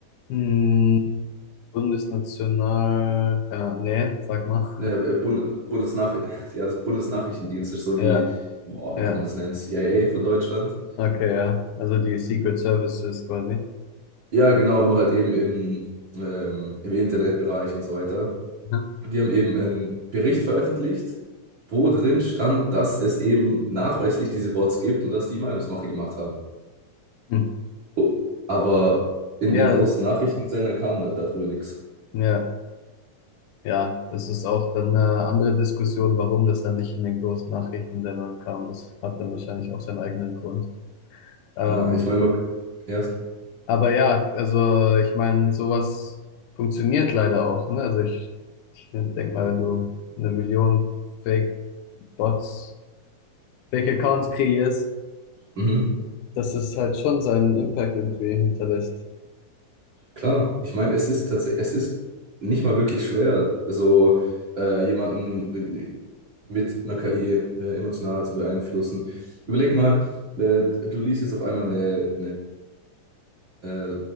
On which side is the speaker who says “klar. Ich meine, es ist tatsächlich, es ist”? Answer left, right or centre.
Right